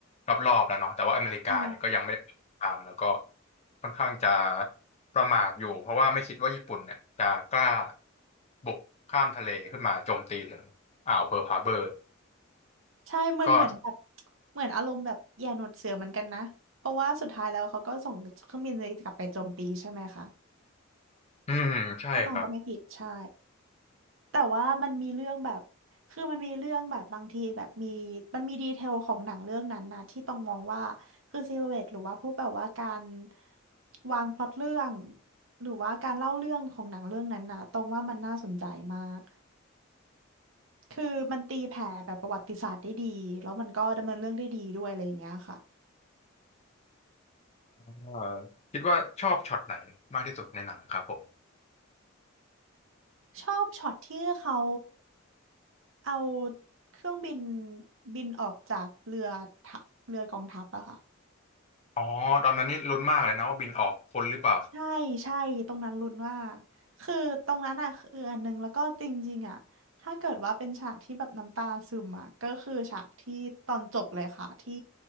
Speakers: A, on the left; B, on the right.
A: รอบๆแล้วเนาะแต่ว่าอเมริกาเนี่ยก็ยังไม่ได้เกิดสงครามแล้วก็
B: ใช่
A: ค่อนข้างจะประมาทอยู่เพราะว่าไม่คิดว่าญี่ปุ่นเนี่ยจะกล้าบุกข้ามทะเลขึ้นมาโจมตีถึงอ่าวเพิร์ลฮาร์เบอร์
B: ใช่เหมือนเหมือนแบบ
A: ก็
B: เหมือนอารมณ์แบบแย่หนวดเสือเหมือนกันนะเพราะว่าสุดท้ายแล้วเขาก็ส่งเครื่องบินกลับไปโจมตีใช่ไหมคะ
A: อืมใช่ครับ
B: ถ้าตองจำไม่ผิดใช่แต่ว่ามันมีเรื่องแบบคือมันมีเรื่องแบบบางทีแบบมี มันมีดีเทลของหนังเรื่องนั้นนะที่ต้องมองว่าคือซิลูเอตหรือว่าพวกแบบว่าการวางพล็อตเรื่อง หรือว่าการเล่าเรื่องของหนังเรื่องนั้นนะตองว่ามันน่าสนใจมาก คือมันตีแผ่แบบประวัติศาสตร์ได้ดีแล้วมันก็ดำเนินเรื่องได้ดีด้วยอะไรอย่างเงี้ยค่ะ
A: เอ่อคิดว่าชอบช็อตไหนมากที่สุดในหนังครับผม
B: ชอบช็อตที่เขาเอาเครื่องบินบินออกจากเรือทะเรือกองทัพอะค่ะ
A: อ๋อตอนนั้นนี่ลุ้นมากเลยนะว่าบินออกพ้นหรือเปล่า
B: ใช่ใช่ตรงนั้นลุ้นว่ากคือตรงนั้นอะคืออันหนึ่งแล้วก็จริงๆอะถ้าเกิดว่าเป็นฉากที่แบบน้ำตาซึมอะก็คือฉากที่ตอนจบเลยค่ะที่